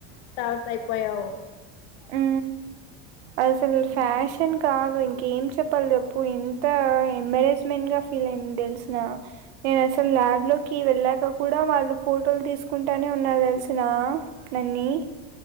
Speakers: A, on the left; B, on the right.
A: స్టార్ట్ అయిపోయావు
B: ఉ అసలు
A: ఉమ్.
B: ఫ్యాషన్ కాదు ఇంకా ఏం చెప్పాలి చెప్పు ఎంత ఎంబరేస్మెంట్ గా ఫీల్ అయింది తెలిసిన నేను అస క్యాబ్ లోకి వెళ్ళాక కూడా వాళ్ళు ఫోటోలు తీసుకుంటానే ఉన్నారు తెలిసిన నన్నీ